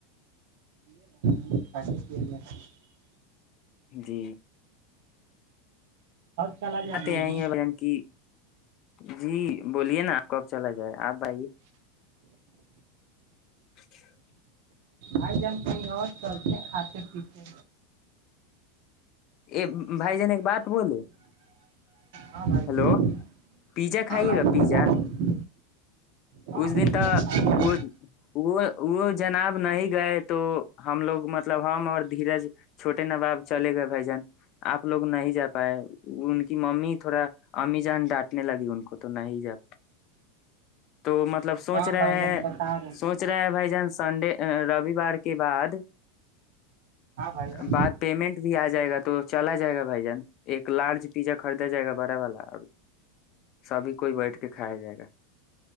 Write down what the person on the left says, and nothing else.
جی
آتے
آئیےن
کی جی بولیے نا آ کب چلا جائے آپ بئیے <inaudible>
ا بھائی جن ایک بات بوولے
ہیلو
پیزا کھائیے
گا
پیزا
اس
دن کا
وہ وہ وہ جناب نہیں گئے تو ہم لوگ مطلب ہم اور دھیرج چھوٹے نباب چلے گئے بھائی جان آپ لوگ نہیں جا پائے ان کی ممی تھوڑا امی جان ڈانٹنے لگی ان کو تو نہیں جا تو مطلب سوچ
رہے
ہیں
سوچ رہے ہے بھائی جان سنڈے رووار کے بعد
بعد پیمنٹ بھی آ جائے گا تو چلا جائے گا بھائی جان ایک لارج پیزا خریدا جائے گا بڑا والا اور سبھی کوئی بیٹھ کے کھایا جائے گا